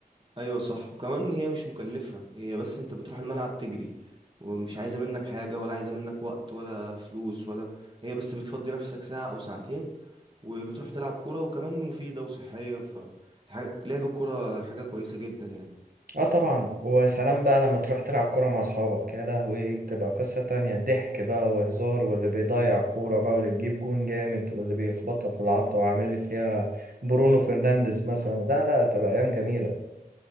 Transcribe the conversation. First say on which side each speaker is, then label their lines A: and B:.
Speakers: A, on the right; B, on the right.
A: أيوة صح وكمان هي مش مكلفة هي بس أنت بتروح الملعب تجري ومش عايزة منك حاجة ولا عايزة منك وقت ولا فلوس ولا هي بس بتفضي نفسك ساعة أو ساعتين وبتروح تلعب كورة وكمان مفيدة وصحية ف حاجة- لعب الكورة حاجة كويسة جدا يعني
B: اه طبعا وسلام بقى لما تروح تلعب كورة مع اصحابك يا لهوي بتبقى قصة تانية ضحك بقى وهزار واللي بيضيع كورة بقى واللي بيجيب جون جامد واللي بيخبطها في العارضة وعامل لي فيها برونو فرنانديز مثلا لا لا تبقى ايام جميلة